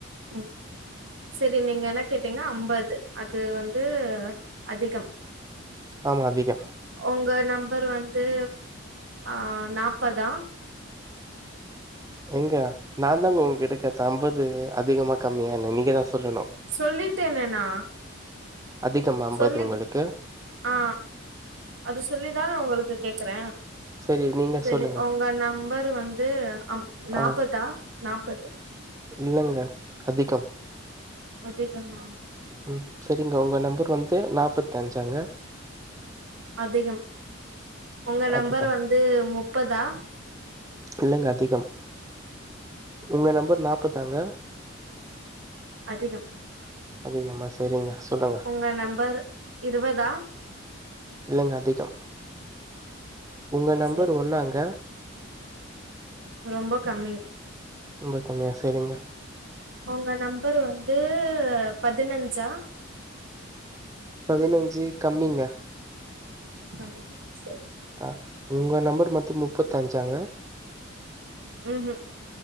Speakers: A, on the right; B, on the right.
A: ம் செரி நீங்க எனக் கேட்டீங்னா அம்பது அது வந்து அதிகம்
B: ஆமா அதிகம்
A: ஒங்க நம்பர் வந்து ஆ நாப்பதா
B: எங்க நா தாங்க ஒங்க கிட்ட கேட்ட அம்பது அதிகமா கம்மியானு நீங்க தா சொல்லணும்
A: சொல்லிட்டேனே நா
B: அதிகமா அம்பது
A: சொல்லி
B: ஒங்களுக்கு
A: ஆ அது சொல்லிதா ஒங்களுக்கு கேக்குற
B: செரி நீங்க
A: செரி
B: சொல்லுங்க.
A: ஒங்க நம்பர் வந்து அம் நாப்பதா
B: ஆ
A: நாப்பது
B: இல்லங்க அதிகம்
A: அதிகம்மா
B: ம் செரிங்க ஒங்க நம்பர் வந்து நாப்பத்தஞ்சாங்க
A: அதிகம் ஒங்க நம்பர்
B: அதிகம்.
A: வந்து முப்பதா.
B: இல்லங்க அதிகம் ஒங்க நம்பர் நாப்பதாங்க
A: அதிகம்
B: அதிகமா. சரிங்க. சொல்லுங்க.
A: ஒங்க நம்பர் இருபதா
B: இல்லங்க அதிகம் ஒங்க நம்பர்
A: செரி
B: ஒன்னாங்க
A: ரொம்ப கம்மி
B: ரொம்ப கம்மியா செரிங்க
A: ஒங்க நம்பர் வந்து பதினஞ்சா
B: பதினஞ்சி கம்மிங்க
A: கம்மி செரி
B: அ ஒங்க நம்பர் மொத்தோ முப்பத்தஞ்சாங்க
A: ம் ம்